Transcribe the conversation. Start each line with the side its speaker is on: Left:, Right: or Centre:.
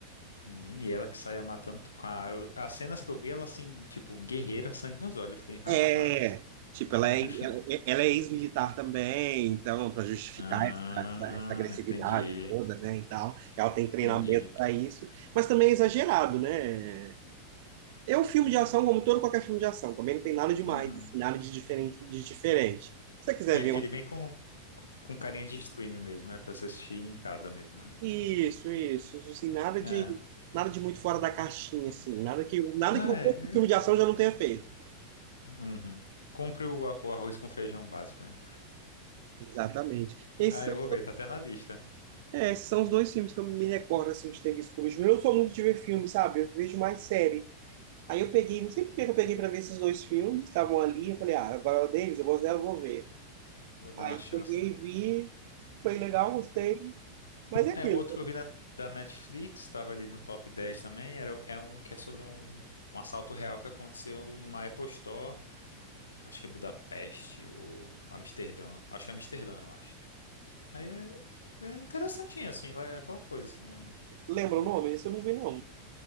Left: Menina, e ela que saia matando tu- com a, eu- as cenas que eu vi, ela assim, tipo, guerreira, sangue nos olhos. Eu falei, rapaz.
Right: É, tipo,
Left: <laughs>
Right: ela é, ela é ela é ex-militar também, então, para justificar
Left: Ah,
Right: essa, essa- essa agressividade
Left: entendi.
Right: toda, né, e tal. Ela tem treinamento
Left: Entendi.
Right: para isso, mas também é exagerado, né? É um filme de ação como todo qualquer filme de ação. Também não tem nada demais,
Left: Uhum.
Right: assim, nada de diferente, de diferente. Se você quiser
Left: E é
Right: ver
Left: aquele
Right: um...
Left: bem com, com carinha de stream mesmo, né? Pra você assistir em casa mesmo, né?
Right: Isso, isso, isso, assim, nada de
Left: É.
Right: nada de muito fora da caixinha, assim, nada que nada
Left: Não,
Right: que um
Left: é. é.
Right: filme de ação já não tenha feito.
Left: Uhum. Compre o, a- o arroz com feijão básico, né?
Right: Exatamente. Esses,
Left: Ah,
Right: são-
Left: eu vou ver, tá até na lista.
Right: é, esses são os dois filmes que eu me recordo, assim, de ter visto por último. Eu não sou muito de ver filme, sabe? Eu vejo mais série. Aí eu peguei, não sei por que que eu peguei para ver esses dois filmes, estavam ali, eu falei, ah, a Viola Davis, eu gosto dela, eu vou ver.
Left: Vou dar
Right: Aí
Left: uma chance,
Right: peguei,
Left: né?
Right: vi, foi legal, gostei, mas é aquilo.
Left: É, é um outro que eu vi na- da Netflix, tava ali no top 10 também. Era, é um que é sobre um, um assalto real que aconteceu numa Apple Store. Acho que é Budapeste ou Amsterdã. Acho que é Amsterdã, eu acho. Aí é, é interessantinho, assim, lá é aquela coisa, assim, não.
Right: Lembra o nome? Esse eu não vi, não.